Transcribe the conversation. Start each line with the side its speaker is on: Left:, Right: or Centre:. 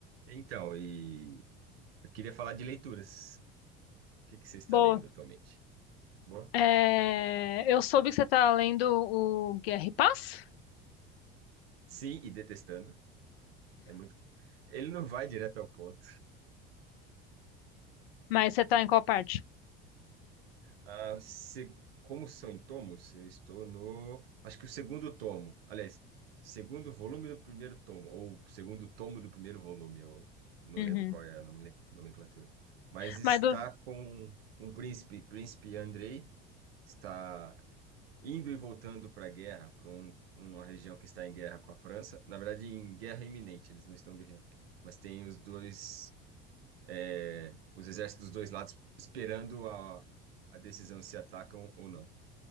Right: Então, e eu queria falar de leituras. O que que você está
Left: Boa.
Right: lendo atualmente? Bom,
Left: É, eu soube que você tá lendo o Guerra e Paz,
Right: sim, e detestando. É muito. Ele não vai direto ao ponto.
Left: mas você tá em qual parte?
Right: Ah, se... Como são em tomos, eu estou no. Acho que o segundo tomo. Aliás, segundo volume do primeiro tomo, ou segundo tomo do primeiro volume, Eu não
Left: Uhum.
Right: lembro qual é a nome- nomenclatura. Mas está
Left: Mas do-
Right: com um um príncipe, príncipe Andrei, está indo e voltando para a guerra, para um, uma região que está em guerra com a França. Na verdade, em guerra iminente, eles não estão guerreando. Mas tem os dois, é, os exércitos dos dois lados esperando a, a decisão se atacam ou não.